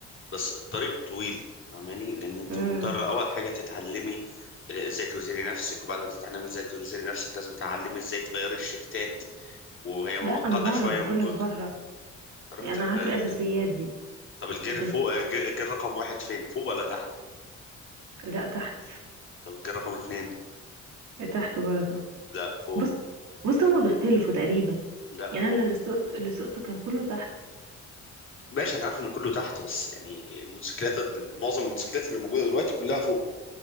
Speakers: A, on the left (about 40°); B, on the right (about 70°).
A: بس الطريق طويل فاهماني لان انت
B: امم
A: مضطر اول حاجه تتعلمي ازاي توزني نفسك وبعد ما تتعلمي ازاي توزني نفسك لازم تتعلمي ازاي تغيري الشفتات وهي معقده
B: لا انا بعرف
A: شويه
B: بقول
A: ممكن
B: لك بعرف
A: تعرفي
B: يعني
A: ت-
B: انا عارفه
A: ت-
B: الاساسيات دي
A: طب الجير
B: بس
A: فوق الجير الجير رقم واحد فين فوق ولا تحت
B: لا تحت
A: طب الجير رقم اتنين
B: تحت برضه
A: لا فوق
B: بص بص هما بيختلفوا تقريبا
A: لا
B: يعني
A: فوق
B: انا اللي سقت اللي سقته كان كله تحت
A: ماشي انا عارف ان كله تحت بس يعني الموتوسيكلات معظم الموتوسيكلات اللي موجوده دلوقتي كلها فوق